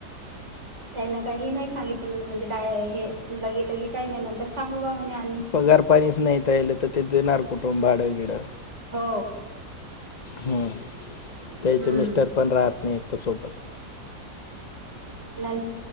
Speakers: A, on the right; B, on the left.
A: त्यान काही नाही सांगितलं मले. म्हणजे काय हे लगे लगे काही नाही नंतर सांगू बा. म्हणे आम्ही
B: पगार पाणीच नाही तहिला तर ते देणार कुठुन भाडं बिडं?
A: हो
B: हम्म.
A: हम्म
B: त्याच मिस्टर पण राहत नाही. त्यासोबत.
A: ल